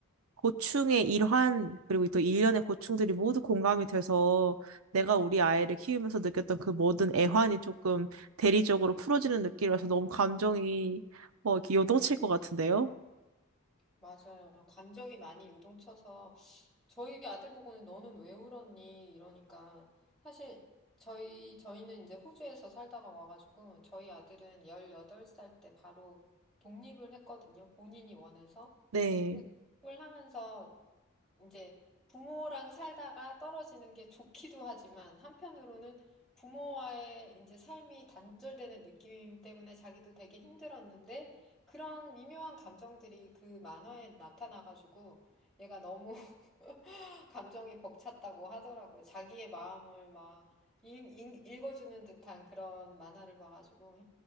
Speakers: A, on the right; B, in the centre.
A: 고충의 일환, 그리고 또 일련의 고충들이 모두 공감이 돼서 내가 우리 아이를 키우면서 느꼈던 그 모든 애환이 조금 대리적으로 풀어지는 느낌이라서 너무 감정이 뭐 이렇게 요동칠 것 같은데요?
B: 맞아요. 감정이 많이 유동쳐서 저희 아들 보고는 너는 왜 울었니? 이러니까 사실 저희 저희는 이제 호주에서 살다가 와가지고 저희 아들은 18살 때 바로 독립을 했거든요. 본인이 원해서.
A: 네.
B: 근데 독립을 하면서 이제 부모랑 살다가 떨어지는 게 좋기도 하지만 한편으로는 부모와의 이제 삶이 단절되는 느낌 때문에 자기도 되게 힘들었는데 그런 미묘한 감정들이 그 만화에 나타나가지고 얘가 너무 <laughs> 감정이 벅찼다고 하더라고요. 자기의 마음을 막 읽, 읽, 읽어주는 듯한 그런 만화를 봐가지고